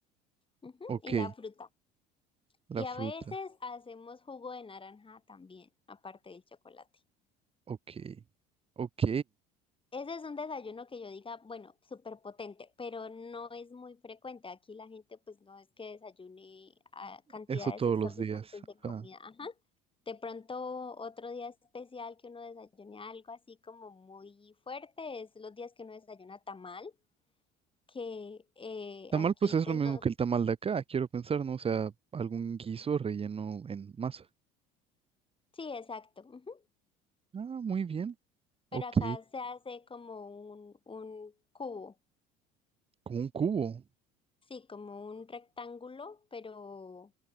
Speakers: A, on the left (about 25°); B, on the right (about 30°).
A: Ujú,
B: Ok,
A: Y la fruta.
B: la
A: Y
B: fruta.
A: a veces hacemos jugo de naranja también, aparte del chocolate.
B: Ok, ok.
A: Ese es un desayuno que yo diga, bueno, súper potente, pero no es muy frecuente. Aquí la gente pues no es que desayune a cantidades
B: Eso todos
A: exorbitantes
B: los días.
A: de comida.
B: Ajá.
A: Ajá. De pronto otro día especial que uno desayune algo así como muy fuerte es los días que uno desayuna tamal, que eh,
B: Tamal,
A: aquí
B: pues es
A: pues
B: lo mismo
A: no.
B: que el tamal de acá, quiero pensar, ¿no? O sea, algún guiso relleno en masa.
A: Sí, exacto. ujú.
B: Ah, muy bien.
A: Pero
B: Ok,
A: acá se hace como un, un cubo,
B: como un cubo.
A: sí, como un rectángulo, pero